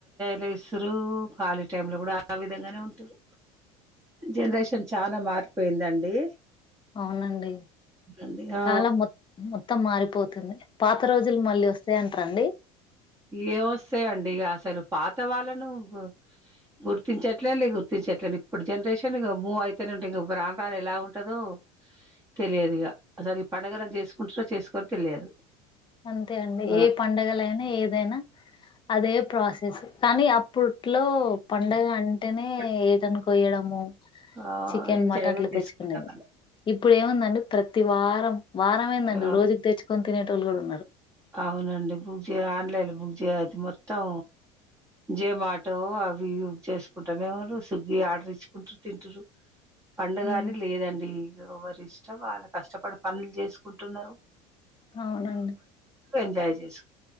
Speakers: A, on the right; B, on the left.
A: లేస్సరు ఖాళీ టైంలో కూడా ఆ విధంగానే ఉంటరు జనరేషన్ చానా మారిపోయిందండి.
B: అవునండి
A: అండి. ఆ!
B: కాలం మొ మొత్తం మారిపోతుంది పాత రోజులు మళ్ళీ వస్తాయ్ రండి
A: ఏ వస్సాయండి ఇగ అసలు పాత వాళ్ళను గు గుర్తించట్లేదు గుర్తించట్లే, ఇప్పుడు జనరేషన్ ఇగ మూవ్ అయతూనే ఉంటే ఇగ ఎవరాను ఎలా ఉంటదో తెలియదు, ఇగ అసలు ఈ పండగలను చేసుకుంటారో చేసుకోరో తెలియదు.
B: అంతే అండి
A: ఆ!
B: ఏ పండగలైనా ఏ దేనా అదే ప్రాసెస్ కానీ అప్పుట్లో పండగ అం టేనే
A: బట్
B: ఏ టను పొయ్యడము
A: ఆ! ఆహ్,
B: చికెన్
A: ఎంజాయ్‌గా
B: మటన్ అట్లా
A: చేసుకున్నామలా.
B: తెచ్చుకునేది ఇప్పుడు ఏముందండి ప్రత్ తివారం వారంమేందండి
A: ఆ!
B: రోజుకు తెచ్చుకుని తినేటొళ్ళు కూడా
A: అవునండి పూజ లైన్ బుక్ చేది మొత్తం జేమాటో అవి బుక్ చేసుకుంటానేంటురు, ఏమ స్విగ్గి ఆర్డర్ ఇచ్చుకుంటారు తింటురు. పండుగని
B: ఉ
A: లేదండి ఎవరి ఇష్టం వాళ్ళ కష్టపడు పనులు చేసు కుంటున్నారు.
B: అవునండి.
A: ఎంజాయ్ చేసు